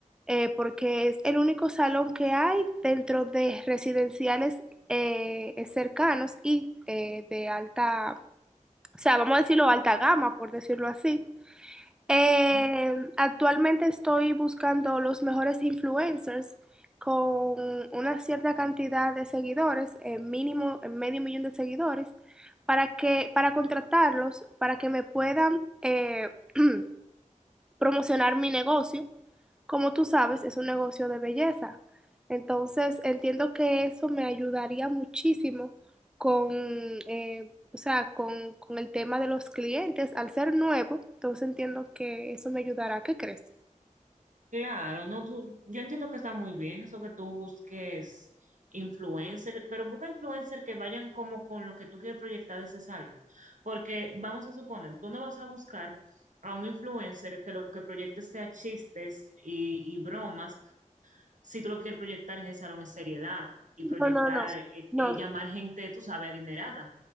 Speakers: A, in the centre; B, on the right.
A: eh, porque es el único salón que hay dentro de residenciales eh, cercanos y eh, de alta o sea, vamos a decirlo alta gama, por decirlo así. Eh,
B: ¿no?
A: actualmente estoy buscando los mejores influencers con una cierta cantidad de seguidores, eh, mínimo eh, medio millón de seguidores, para que, para contratarlos, para que me puedan eh, <clears throat> promocionar mi negocio como tú sabes, es un negocio de belleza. Entonces, entiendo que eso me ayudaría muchísimo con, eh, o sea, con, con el tema de los clientes. Al ser nuevo, entonces entiendo que eso me ayudará. ¿Qué crees?
B: Claro, no, tú, yo entiendo que está muy bien eso que tú busques influencer, pero busca influencer que vayan como con lo que tú quieres proyectar de ese salón, porque vamos a suponer, tú no vas a buscar a un influencer que lo que proyecte sea chistes y, y bromas si tú lo que quieres proyectar en ese salón es seriedad y proyectar,
A: No, no, no,
B: eh,
A: no,
B: eh, llamar gente, tú sabes, adinerada.